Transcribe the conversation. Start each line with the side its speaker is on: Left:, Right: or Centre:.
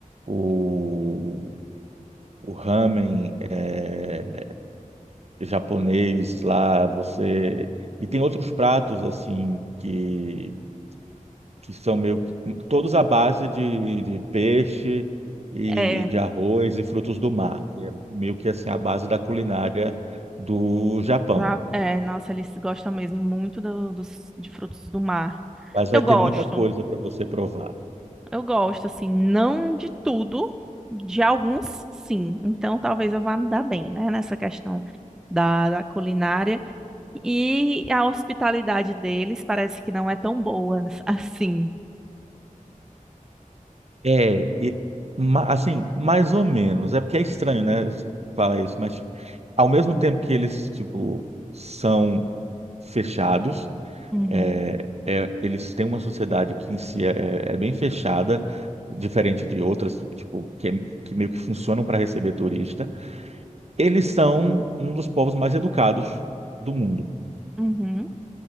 Right: o, o ramen, eh, japonês lá, você. E tem outros pratos, assim, que, que são meio. que- Todos à base de, de peixe e
Centre: É,
Right: de arroz e frutos do mar, que é meio que assim a base da culinária do Japão.
Centre: já, é, nossa, eles gostam mesmo muito do- dos, de frutos do mar.
Right: Mas vai
Centre: Eu gosto,
Right: ter muita coisa para você provar.
Centre: eu gosto, assim, não de tudo, de alguns sim. Então talvez eu vá me dar bem, né, nessa questão da, da culinária. E a hospitalidade deles parece que não é tão boa <laughs> assim.
Right: É, e, ma- assim, mais ou menos. É porque é estranho, né? Falar isso, mas ao mesmo tempo que eles, tipo, são fechados
Centre: Uhum.
Right: É, é- eles têm uma sociedade que em si é, é é bem fechada, diferente de outras, tipo, que, é, que meio que funcionam para receber turista. Eles são um dos povos mais educados do mundo.
Centre: Uhum.